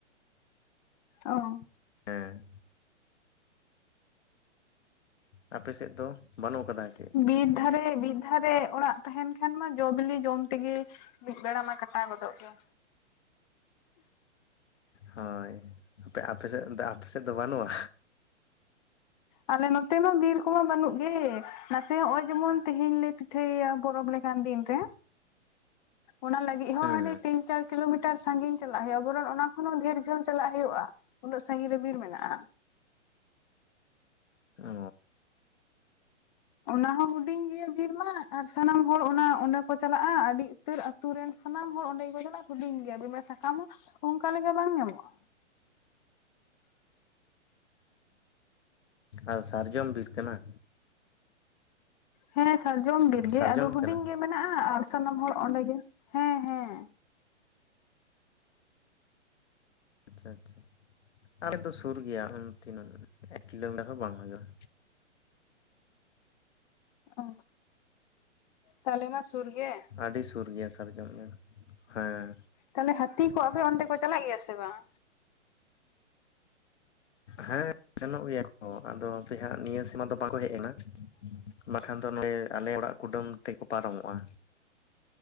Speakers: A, on the left; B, on the left.
A: ᱚ
B: ᱦᱮᱸ ᱟᱯᱮ ᱥᱮᱫ ᱫᱚ ᱵᱟᱹᱱᱩᱜ ᱟᱠᱟᱫᱟ ᱥᱮ ᱪᱮᱫ
A: ᱵᱤᱨ ᱫᱷᱟᱨᱮ ᱵᱤᱨ ᱡᱟᱦᱟ ᱨᱮ ᱚᱲᱟᱜ ᱛᱟᱦᱮᱱ ᱠᱷᱟᱱ ᱢᱟ ᱡᱚ ᱵᱤᱞᱤ ᱡᱚᱢ ᱛᱮᱜᱮ ᱢᱤᱫ ᱵᱮᱲᱟ ᱢᱟ ᱠᱟᱴᱟᱣ ᱜᱚᱫᱚᱜ ᱜᱮᱭᱟ᱾
B: ᱦᱳᱭ ᱟᱯᱮ ᱟᱯᱮ ᱥᱮᱫ ᱫᱚ ᱟᱯᱮ ᱥᱮᱫ ᱫᱚ ᱵᱟᱹᱱᱩᱜ-ᱟ᱾
A: ᱟᱞᱮ ᱱᱚᱛᱮ ᱢᱟ ᱵᱤᱨ ᱠᱚᱦᱚ ᱵᱟᱹᱱᱩᱜ ᱜᱮ ᱱᱟᱥᱮ ᱱᱚᱭ-ᱚᱭ ᱡᱮᱢᱚᱱ ᱛᱮᱦᱮᱧ ᱞᱮ ᱯᱤᱴᱷᱟᱹ ᱮᱭᱟ ᱵᱚᱨᱚᱯᱷ ᱞᱮ ᱠᱟᱱ ᱫᱤᱱ ᱨᱮ ᱚᱱᱟ ᱞᱟᱹᱜᱤᱫ ᱦᱚᱸ
B: ᱦᱮᱸ
A: ᱦᱟᱱᱮ ᱛᱤᱧ ᱪᱟᱨ ᱠᱤᱞᱳᱢᱤᱴᱟᱨ ᱥᱟᱹᱜᱤᱧ ᱪᱟᱞᱟᱜ ᱦᱩᱭᱩᱜ-ᱟ ᱵᱚᱨᱚᱱ ᱚᱱᱟ ᱠᱷᱚᱱ ᱦᱚᱸ ᱰᱷᱮᱨ ᱡᱷᱟᱹᱞ ᱪᱟᱞᱟᱜ ᱦᱩᱭᱩᱜ-ᱟ᱾ ᱩᱱᱟᱹᱜ ᱥᱟᱹᱜᱤᱧ ᱨᱮ ᱵᱤᱨ ᱢᱮᱱᱟᱜ-ᱟ᱾
B: ᱚ
A: ᱚᱱᱟ ᱦᱚᱸ ᱦᱩᱰᱤᱧ ᱜᱮᱭᱟ ᱵᱤᱨ ᱢᱟ ᱟᱨ ᱥᱟᱱᱟᱢ ᱦᱚᱲ ᱚᱱᱟ ᱚᱸᱰᱮ ᱠᱚ ᱪᱟᱞᱟᱜ-ᱟ ᱟᱹᱰᱤ ᱩᱛᱟᱹᱨ ᱟᱹᱛᱩ ᱨᱮᱱ ᱥᱟᱱᱟᱢ ᱦᱚᱲ ᱚᱸᱰᱮ ᱜᱮᱠᱚ ᱪᱟᱞᱟᱜ ᱟ ᱦᱩᱰᱤᱧ ᱜᱮᱭᱟ ᱵᱤᱨ ᱥᱟᱠᱟᱢ ᱦᱚᱸ ᱚᱝᱠᱟ ᱞᱮᱠᱟ ᱵᱟᱝ ᱧᱟᱢᱚᱜ-ᱟ᱾
B: ᱟᱨ ᱥᱟᱨᱡᱚᱢ ᱵᱤᱨ ᱠᱟᱱᱟ᱾
A: ᱦᱮᱸ ᱥᱟᱨᱡᱚᱢ ᱵᱤᱨ ᱜᱮ
B: ᱥᱟᱨᱡᱚᱢ
A: ᱟᱫᱚ ᱦᱩᱰᱤᱧ
B: ᱠᱟᱱᱟ
A: ᱜᱮ ᱢᱮᱱᱟᱜ-ᱟ ᱟᱨ ᱥᱟᱱᱟᱢ ᱦᱚᱲ ᱚᱸᱰᱮ ᱜᱮ ᱦᱮᱸ ᱦᱮᱸ
B: ᱟᱪᱪᱷᱟ ᱟᱪᱪᱷᱟ ᱟᱞᱮ ᱫᱚ ᱥᱩᱨ ᱜᱮᱭᱟ ᱚᱱ-ᱛᱤᱱᱟᱹᱜ ᱮᱠ ᱠᱤᱞᱳᱢᱤᱴᱟᱨ ᱦᱚᱸ ᱵᱟᱝ ᱦᱩᱭᱩᱜ-ᱟ᱾
A: ᱚ ᱛᱟᱞᱮ ᱢᱟ ᱥᱩᱨ ᱜᱮ᱾
B: ᱟᱹᱰᱤ ᱥᱩᱨ ᱜᱮᱭᱟ ᱥᱟᱨᱡᱚᱢ ᱵᱤᱨ ᱦᱮᱸ᱾
A: ᱛᱟᱦᱞᱮ ᱦᱟᱛᱤ ᱠᱚ ᱟᱯᱮ ᱚᱱᱛᱮ ᱠᱚ ᱪᱟᱞᱟᱜ ᱜᱮᱭᱟ ᱥᱮ ᱵᱟᱝ᱾
B: ᱦᱮᱸ ᱥᱮᱱᱚᱜ ᱜᱮᱭᱟ ᱠᱚ ᱟᱫᱚ ᱦᱟᱯᱮ ᱦᱟᱜ ᱱᱤᱭᱟᱹ ᱥᱤᱢᱟᱱ ᱫᱚ ᱵᱟᱠᱚ ᱦᱮᱡ ᱠᱟᱱᱟ ᱵᱟᱠᱷᱟᱱ ᱫᱚ ᱱᱚᱸᱰᱮ ᱟᱞᱮ ᱚᱲᱟᱜ ᱠᱩᱰᱟᱹᱢ ᱛᱮᱠᱚ ᱯᱟᱨᱚᱢᱚᱜ-ᱟ